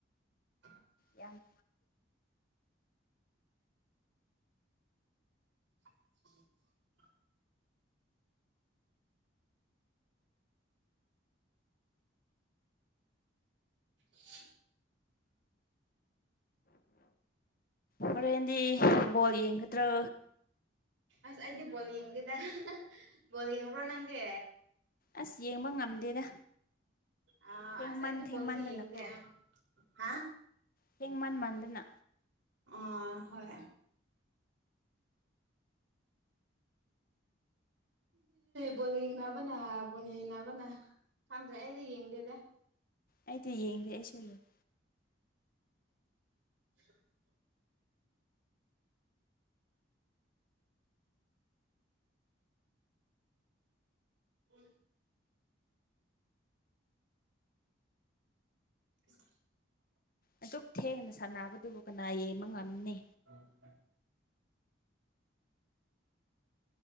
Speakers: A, on the right (about 70°); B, on the left (about 50°).
A: <inaudible>
B: ꯌꯥꯝ
A: <unintelligible> <unintelligible>
B: ꯍꯣꯔꯦꯟꯗꯤ ꯕꯣꯜ ꯌꯦꯡꯒꯗ꯭ꯔꯣ
A: ꯑꯁ ꯑꯩꯗꯤ ꯕꯣꯜ ꯌꯦꯡꯗꯦꯗ ꯕꯣꯜ ꯌꯦꯡꯕ꯭ꯔꯣ ꯅꯪꯗꯦ
B: ꯑꯁ ꯌꯦꯡꯕ ꯉꯝꯗꯦꯗ
A: ꯑ
B: ꯊꯦꯡꯃꯟ
A: ꯑꯁ ꯑꯩꯗꯤ
B: ꯊꯦꯡꯃꯟꯗꯅꯀꯣ
A: ꯕꯣꯜꯗꯤ ꯌꯦꯡꯗꯦ ꯍꯥ
B: ꯊꯦꯡꯃꯟ ꯃꯥꯟꯗꯅ
A: ꯑꯥ ꯍꯣꯢ ꯕꯣꯜ ꯌꯦꯡꯅꯕꯅ ꯕꯣꯜ ꯌꯦꯡꯅꯕꯅ ꯈꯪꯗ꯭ꯔꯦ ꯑꯩꯗꯤ ꯌꯦꯡꯗꯦꯗ
B: ꯑꯩꯗꯤ ꯌꯦꯡꯗꯦ ꯑꯩꯁꯨ ꯌꯦꯡ
A: <inaudible> ꯎ <inaudible> <inaudible>
B: ꯑꯗꯨꯛ ꯊꯦꯡꯅ ꯁꯥꯟꯅꯕꯗꯨꯕꯨ ꯀꯅꯥ ꯌꯦꯡꯕ ꯉꯝꯅꯤ
A: <inaudible>